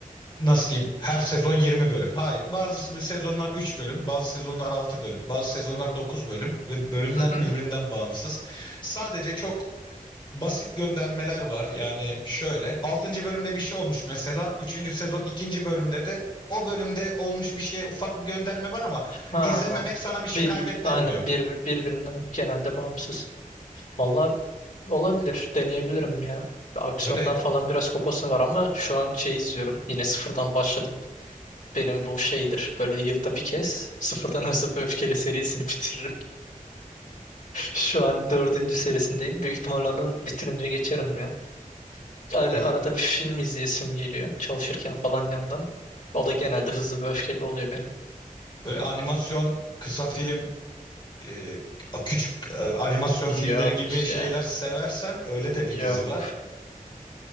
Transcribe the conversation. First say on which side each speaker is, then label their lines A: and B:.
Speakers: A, on the left; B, on the left.
A: Nasıl diyeyim? Her sezon 20 bölüm. Hayır. Bazı bir sezonlar 3 bölüm, bazı sezonlar 6 bölüm, bazı sezonlar 9 bölüm ve bölümler
B: Hı hı.
A: birbirinden bağımsız. Sadece çok basit göndermeler var. Yani şöyle altıncı bölümde bir şey olmuş mesela. üçüncü sezon ikinci bölümde de o bölümde olmuş bir şeye ufak bir gönderme var ama
B: Ha.
A: izlememek sana bir şey
B: Bir,
A: kaybettirmiyor.
B: aynen bir, bir- birbirinden genelde bağımsız. Valla olabilir. Deneyebilirim ya. Aksiyondan
A: Böyle
B: falan biraz kopasım var ama şu an şey izliyorum. Yine sıfırdan başladım. Benim bu şeydir. Böyle yılda bir kez sıfırdan <laughs> Hızlı ve Öfkeli serisini <laughs> bitiririm. Şu an dördüncü serisindeyim. Büyük ihtimal onu bitirince geçerim ya.
A: <clears throat>
B: Öyle
A: e,
B: arada bir film izleyesim geliyor. Çalışırken falan yandan. O da genelde Hızlı ve Öfkeli oluyor benim.
A: böyle animasyon kısa film e, küçük e, animasyon
B: Yok
A: filmleri gibi şeyler
B: ya.
A: seversen öyle de bir
B: Yok.
A: dizi var. <clears throat> <laughs>